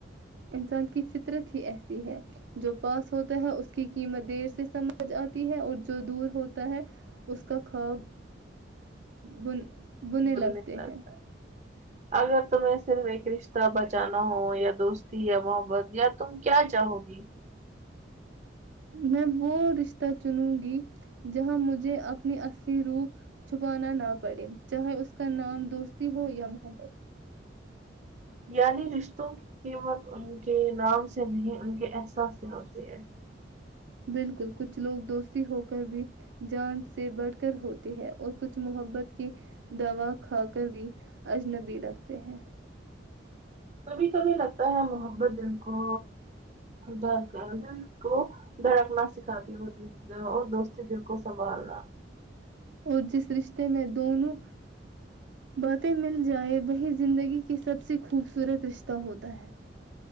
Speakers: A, on the right (about 75°); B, on the right (about 40°).
A: انسان کی فطرت ہی ایسی ہے جو پاس ہوتا ہے اس کی قیمت دیر سے سمجھ آتی ہے اور جو دور ہوتا ہے اس کا خواب بن بننے
B: بولنے
A: لگتے
B: کا
A: ہیں
B: کیا اگر تمہیں صرف ایک رشتہ بچانا ہو یا دوستی یا محبت یا تم کیا چاہو گی
A: نیں میں رشتہ چنوں گی جہاں مجھے اپنی اصلی روپ چھپانا نہ پڑے چاہے اس کا نام دوستی ہو یا محبت
B: یعنی رشتوں کی قیمت ان کے نام سے نہیں ان کے احساس سے ہوتی ہے
A: بالکل کچھ لوگ دوستی ہو کر بھی جان سے بڑھ کر ہوتی ہے اور کچھ محبت کی دوا کھا کر بھی اجنبی لگتے ہیں
B: کبھی کبھی لگتا ہے محبت دل کو درد دل کو دھڑکنا سکھاتی ہوگی اور دوستی دل کو سنبھالنا
A: اور جس رشتے میں دونوں باتیں مل جائیں وہی زندگی کی سب سے خوبصورت رشتہ ہوتا ہے